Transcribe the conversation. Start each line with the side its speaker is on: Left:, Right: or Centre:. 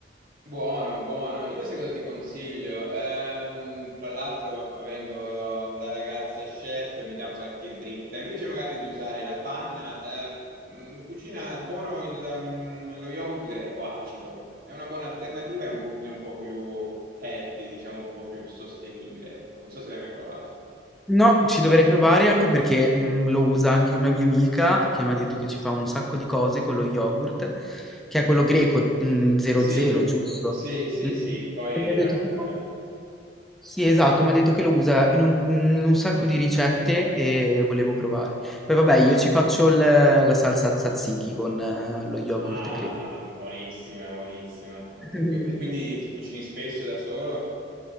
Right: Buono, buono. Io sai cosa ti consiglio? Ehm, tra l'altro, avendo la ragazza chef, mi dà qualche dritta. Invece magari di usare la panna, eh, mh, cucina buono il, mm, lo yogurt greco acido. È una buona alternativa, è un pochino un po' più healthy, diciamo un po' più sostenibile. Ecco. Non so se l'hai mai provato.
Centre: No, ci dovrei provare anche perché, mhmm, lo usa anche una mia amica che m'ha detto che ci fa un sacco di cose con lo yogurt, che è quello greco, mhmm, 00,
Right: Sì,
Centre: giusto?
Right: sì, sì, sì.
Centre: Mh.
Right: Poi...
Centre: E mi ha
Right: ecco,
Centre: detto che
Right: eh,
Centre: lo sì, esatto, m'ha detto che lo usa in un mhmm, in un sacco di ricette e volevo provare. Poi vabbè, io ci faccio il la salsa tzatziki con eh, lo yogurt
Right: Ah,
Centre: greco.
Right: buonissima, buonissima. E
Centre: <laughs>
Right: te- qui- e quindi ti cucini spesso da solo?